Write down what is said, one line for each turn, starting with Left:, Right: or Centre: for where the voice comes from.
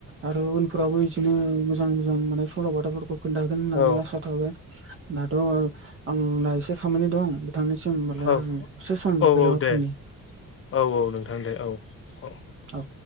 Right: आरो उनफोरावबो इजिनो जों जों माने सल'बाथाफोरखौ खोन्थागोन होननानै
Left: औ
Right: आसा थाबाय दाथ' आंना एसे खामानि दं बिथांनिसिम होमबालाय
Left: औ
Right: आं दसे सम
Left: औ
Right: बेलेगाव
Left: औ दे
Right: थांनि
Left: औ औ नोंथां दे औ औ।
Right: औ